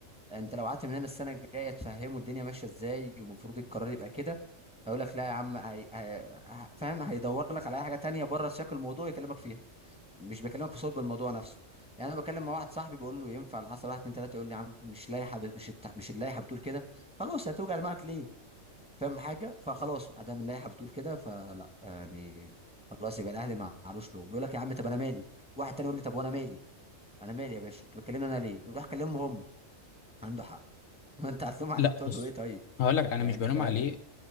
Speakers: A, in the centre; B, on the left.
A: انت لو قعدت من هنا السنة الجاية تفهمه الدنيا ماشية ازاي والمفروض القرار يبقى كده هيقول لك لا يا عم هي... هي... فاهم هيدور لك على اي حاجة تانية بره سياق الموضوع يكلمك فيها مش بكلمك في صلب الموضوع نفسه يعني انا بكلم مع واحد صاحبي بقول له ينفع على حسب واحد اتنين تلاته يقول لي يا عم مش لائحه بت- مش الت- مش اللائحه بتقول كده خلاص هتوجع دماغك ليه فاهم حاجه فخلاص ما دام اللائحه بتقول كده فلا يعني خلاص يبقى الاهلي ما علوش له بيقول لك يا عم طب انا مالي واحد تاني يقول لي طب وانا مالي انا مالي يا باشا انت بتكلمني انا ليه روح كلمهم هم عنده حق <laughs> ما انت هتلوم عليه
B: لا
A: تقول
B: بص
A: له ايه طيب
B: هقول لك انا
A: يعني
B: مش
A: انت
B: بلوم
A: فاهم
B: عليه